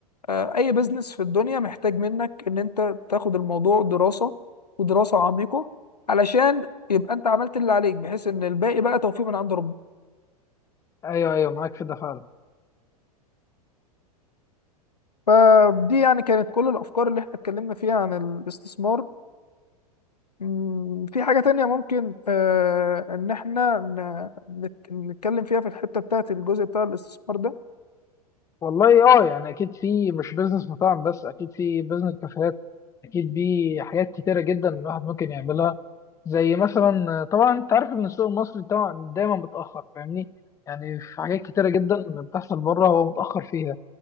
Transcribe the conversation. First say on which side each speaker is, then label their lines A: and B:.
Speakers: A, on the left; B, on the left.
A: آه، اي بيزنس في الدنيا محتاج منك ان انت تاخد الموضوع دراسه ودراسه عميقه علشان يبقى انت عملت اللي عليك بحيث ان الباقي بقى توفيق من عند ربنا
B: ايوه ايوه معاك في ده فعلا
A: فدي يعني كانت كل الافكار اللي احنا اتكلمنا فيها عن الاستثمار مم، في حاجة تانية ممكن آه، إن إحنا ن- نتك- نتكلم فيها في الحتة بتاعت الجزء بتاع الاستثمار ده
B: والله اه يعني اكيد في مش بزنس مطاعم بس اكيد في بزنس كافيهات اكيد في حاجات كتيره جدا الواحد ممكن يعملها زي مثلا طبعا انت عارف ان السوق المصري طبعا دايما متاخر فاهمني يعني في حاجات كتيره جدا بتحصل بره هو متاخر فيها